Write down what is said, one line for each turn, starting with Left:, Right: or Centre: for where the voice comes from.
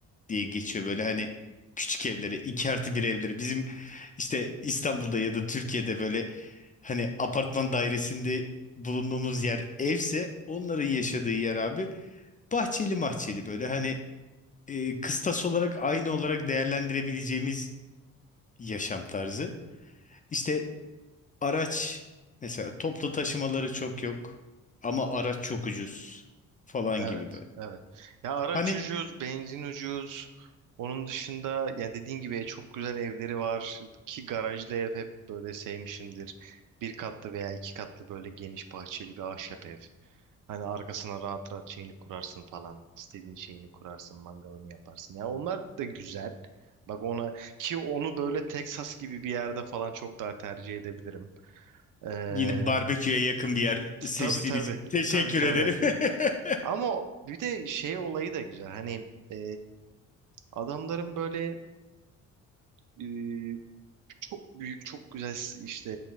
Left: diye geçiyor böyle hani küçük evleri, iki artı bir evleri. Bizim işte İstanbul'da ya da Türkiye'de böyle hani apartman dairesinde bulunduğumuz yer evse onların yaşadığı yer abi bahçeli mahçeli böyle hani e, kıstas olarak aynı olarak değerlendirebileceğimiz yaşam tarzı. İşte Araç mesela toplu taşımaları çok yok ama araç çok ucuz falan
Right: Evet,
Left: gibi böyle.
Right: evet. Ya araç
Left: Hani
Right: ucuz, benzin ucuz. Onun dışında ya dediğin gibi e, çok güzel evleri var ki garajlı ev hep böyle sevmişimdir. Bir katlı veya iki katlı böyle geniş bahçeli bir ahşap ev. Hani arkasına rahat rahat şeyini kurarsın falan. istediğin şeyini kurarsın, mangalını yaparsın. Ya onlar da güzel. Bak ona ki onu böyle Texas gibi bir yerde falan çok daha tercih edebilirim. Ee,
Left: yine barbeküye yakın bir yer
Right: t-
Left: seçtiğin
Right: tabii tabii
Left: için teşekkür
Right: tabii tabii.
Left: ederim. <laughs>
Right: Ama bir de şey olayı da güzel. Hani e, adamların böyle e, çok büyük, çok güzel işte